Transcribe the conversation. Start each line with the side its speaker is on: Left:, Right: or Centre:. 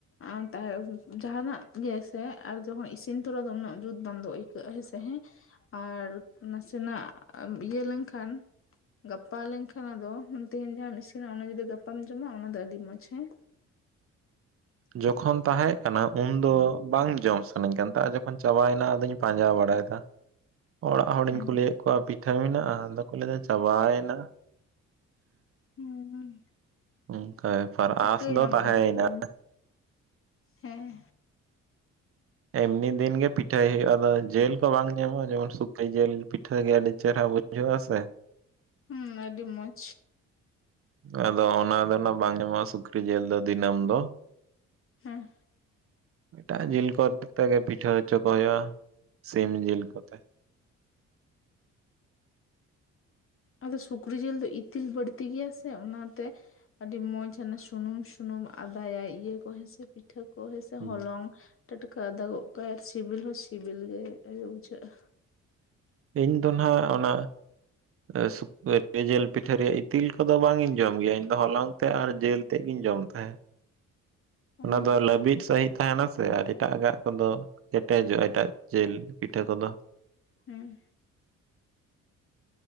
Left: ᱟᱱ ᱛᱟᱦᱮᱜ ᱩᱸ ᱡᱟᱦᱟᱱᱟᱜ ᱜᱮ ᱥᱮ ᱟᱨ ᱡᱚᱠᱷᱚᱡ ᱤᱥᱤᱱ ᱛᱚᱨᱟ ᱫᱚ ᱩᱱᱟᱹᱜ ᱡᱩᱛ ᱵᱚᱱᱫᱚ ᱤᱡ ᱠᱟᱹᱜ ᱦᱮᱸᱥᱮ, ᱦᱮᱸ, ᱟᱨ ᱱᱟᱥᱮᱱᱟᱜ ᱟᱼᱢ ᱤᱭᱟᱹ ᱞᱮᱝᱠᱷᱟᱱ ᱜᱟᱯᱟ ᱞᱮᱝᱠᱷᱟᱱ ᱟᱫᱚ ᱛᱮᱦᱮᱧ ᱡᱟᱦᱟᱢ ᱤᱥᱤᱱᱟ, ᱚᱱᱟ ᱡᱩᱫᱤ ᱜᱟᱯᱟᱢ ᱡᱚᱢᱟ, ᱚᱱᱟ ᱫᱚ ᱟᱹᱰᱤ ᱢᱚᱡᱽ ᱦᱮᱸ᱾ <inaudible>
Right: ᱡᱚᱠᱷᱚᱱ ᱛᱟᱦᱮᱸᱜ ᱠᱟᱱᱟ, ᱩᱱᱫᱚ ᱵᱟᱝ ᱡᱚᱢ ᱥᱟᱹᱱᱟᱹᱧ ᱠᱟᱱ ᱛᱟᱸᱜ, ᱡᱚᱠᱷᱚᱱ ᱪᱟᱵᱟᱭᱮᱱᱟ ᱟᱫᱚᱧ ᱯᱟᱸᱡᱟ ᱵᱟᱲᱟᱭᱮᱫᱟ᱾ ᱚᱲᱟᱜ ᱦᱚᱲᱤᱧ
Left: ᱦᱮᱸ
Right: ᱠᱩᱞᱤᱭᱮᱜ ᱠᱚᱣᱟ ᱯᱤᱴᱷᱟᱹ ᱢᱮᱱᱟᱜᱼᱟ? ᱟᱫᱚ ᱠᱚ ᱞᱟᱹᱭᱫᱟ ᱪᱟᱵᱟᱭᱮᱱᱟ᱾
Left: ᱦᱩᱸ᱾
Right: ᱚᱝᱠᱟ ᱵᱮᱯᱟᱨ
Left: ᱪᱤᱠᱟᱹᱭᱟᱢ
Right: ᱟᱸᱥ ᱫᱚ ᱛᱟᱦᱮᱸᱭᱮᱱᱟ᱾
Left: ᱟᱫᱚ ᱞᱟᱹᱭ ᱢᱮ ᱦᱮᱸ᱾
Right: ᱮᱢᱱᱤ ᱫᱤᱱ ᱜᱮ ᱯᱤᱴᱷᱟᱹᱭ ᱦᱩᱭᱩᱜᱼᱟ, ᱟᱫᱚ ᱡᱮᱹᱞ ᱠᱚ ᱵᱟᱝ ᱧᱟᱢᱚᱜᱼᱟ᱾ ᱡᱮᱢᱚᱱ ᱥᱩᱠᱟᱹᱭ ᱡᱮᱹᱞ ᱯᱤᱴᱷᱟᱹ ᱜᱮ ᱟᱹᱰᱤ ᱪᱮᱨᱦᱟ ᱵᱩᱡ <unintelligible> ᱥᱮ
Left: ᱦᱩᱸ ᱟᱹᱰᱤ ᱢᱚᱡᱽ
Right: ᱟᱫᱚ ᱚᱱᱟ ᱫᱚ ᱱᱟ ᱵᱟᱝ ᱧᱟᱢᱚᱜᱼᱟ ᱥᱩᱠᱨᱤ ᱡᱤᱞ ᱫᱚ ᱫᱤᱱᱟᱹᱢ ᱫᱚ
Left: ᱦᱮᱸ
Right: ᱮᱴᱟᱜ ᱡᱤᱞ ᱠᱚᱛᱮ ᱜᱮ ᱯᱤᱴᱷᱟᱹ ᱦᱚᱪᱚ ᱠᱚ ᱦᱩᱭᱩᱜᱼᱟ ᱥᱤᱢ ᱡᱤᱞ ᱠᱚᱛᱮᱼᱼ
Left: ᱟᱫᱚ ᱥᱩᱠᱨᱤ ᱡᱤᱞ ᱫᱚ ᱤᱛᱤᱞ ᱵᱟᱹᱲᱛᱤ ᱜᱮᱭᱟ ᱥᱮ ᱚᱱᱟ ᱛᱮᱼᱼ ᱟᱹᱰᱤ ᱢᱚᱸᱡᱽ ᱦᱟᱱᱮ ᱥᱩᱱᱩᱢ ᱥᱩᱱᱩᱢ ᱟᱫᱟᱭᱟᱭ ᱤᱭᱟᱹ ᱠᱚ ᱦᱮᱸᱥᱮ ᱯᱤᱴᱷᱟᱹ ᱯᱤᱴᱷᱟᱹ ᱠᱚ ᱦᱮᱸ ᱥᱮ
Right: ᱦᱩᱸ
Left: ᱦᱚᱞᱚᱝ ᱴᱟᱴᱠᱟ ᱟᱫᱟ ᱜᱚᱜ ᱠᱟᱭ ᱟᱨ ᱥᱤᱵᱤᱞ ᱦᱚᱸ ᱥᱤᱵᱤᱞ ᱜᱮ ᱵᱩᱡᱷᱟᱹᱜᱼᱟ
Right: ᱤᱧ ᱫᱚ ᱱᱷᱟᱜ ᱚᱱᱟᱼᱼ <unintelligible> ᱡᱤᱞ ᱯᱤᱴᱷᱟᱹ ᱨᱮᱭᱟᱜ ᱤᱛᱤᱞ ᱠᱚᱫᱚ ᱵᱟᱝ ᱤᱧ ᱡᱚᱢ ᱜᱮᱭᱟ ᱤᱧ ᱫᱚ ᱦᱚᱞᱚᱝ ᱛᱮ ᱟᱨ ᱡᱤᱞ ᱛᱮᱫ ᱜᱮᱧ ᱡᱚᱢ ᱛᱟᱦᱮᱸᱫ
Left: ᱦᱩᱸ
Right: ᱚᱱᱟ ᱫᱚ ᱞᱟᱹᱵᱤᱫ ᱥᱟᱺᱦᱤᱡᱼᱼ ᱛᱟᱦᱮᱱᱟ ᱥᱮ ᱟᱨ ᱮᱴᱟᱜᱟᱜ ᱠᱚᱫᱚ ᱠᱮᱴᱮᱡᱚᱜᱼᱟ ᱮᱴᱟᱜ ᱡᱤᱞ ᱯᱤᱴᱷᱟᱹ ᱠᱚᱫᱚ
Left: ᱦᱮᱸ